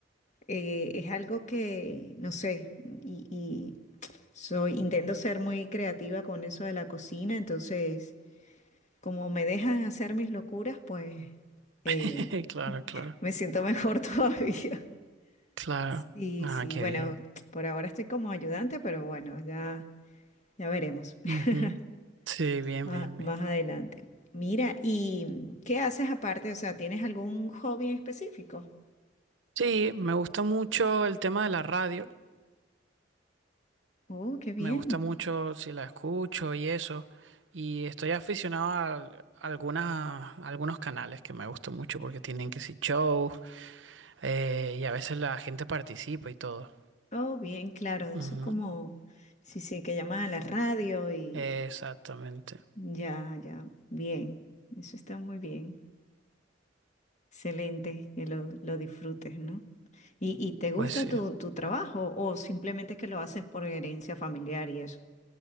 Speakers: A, on the left; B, on the right.
A: Eh, es algo que, no sé, y, y soy, intento ser muy creativa con eso de la cocina, entonces, como me dejan hacer mis locuras, pues eh,
B: <laughs> claro, claro,
A: me siento mejor <laughs> todavía.
B: claro.
A: Sí,
B: Ah,
A: sí,
B: qué
A: bueno,
B: bien.
A: por ahora estoy como ayudante, pero bueno, ya, ya veremos. <laughs>
B: Ujú. Sí, bien,
A: Ah,
B: bien,
A: más
B: bien.
A: adelante. Mira, ¿y qué haces aparte? O sea, ¿tienes algún hobby en específico?
B: Sí, me gusta mucho el tema de la radio.
A: Oh, qué bien.
B: Me gusta mucho si la escucho y eso. Y estoy aficionado a algunas, a algunos canales que me gustan mucho porque tienen que si show eh, y a veces la gente participa y todo.
A: Oh, bien, claro. Eso
B: Ujú.
A: es como, sí, sí, que llaman a la radio y
B: Exactamente.
A: ya, ya, bien. Eso está muy bien. Excelente, que lo, lo disfrutes, ¿no? ¿Y, y te gusta
B: Pues sí.
A: tu, tu trabajo o simplemente es que lo haces por herencia familiar y eso?